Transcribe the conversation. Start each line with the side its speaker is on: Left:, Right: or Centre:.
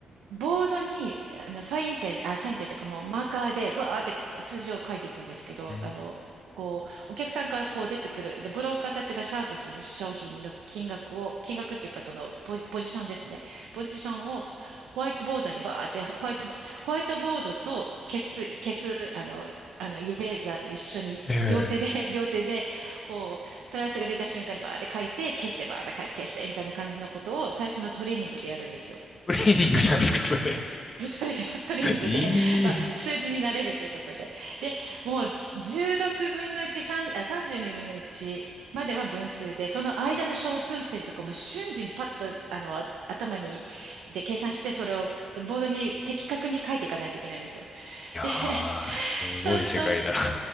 Right: ボードに、あの、サインペン、あ、サインペンというかもうマーカーで、ブワーって数字を書いていくんですけど、
Left: うん。
Right: あの、こう、お客さんからこう出てくる、で、ブローカーたちがシャウトする商品の金額を、金額っていうかそのポジ、ポジションですね。ポジションをホワイトボードにバーって、ホワイト、ホワイトボードと消す、消す、あの、あの、イレーザーと一緒に両手で、
Left: ええ
Right: <laughs> 両手で、こう、プライスが出た瞬間にバーって書いて、消して、バーって書いて、消して、みたいな感じのことを最初のトレーニングでやるんですよ。
Left: トレーニングなんですか、それ。
Right: <laughs> それがトレーニングで、
Left: <laughs> いい。
Right: <laughs> まあ、
Left: い
Right: 数字になれるということで。で、もう16分の1、3、あ、32分の1までは分数で、その間の小数点とかも瞬時にパッと、あの、あ頭に、で計算して、それをボードに的確に書いていかないといけないんですよ。
Left: やー、
Right: で、<laughs>
Left: すごい世界だ。
Right: そう、そ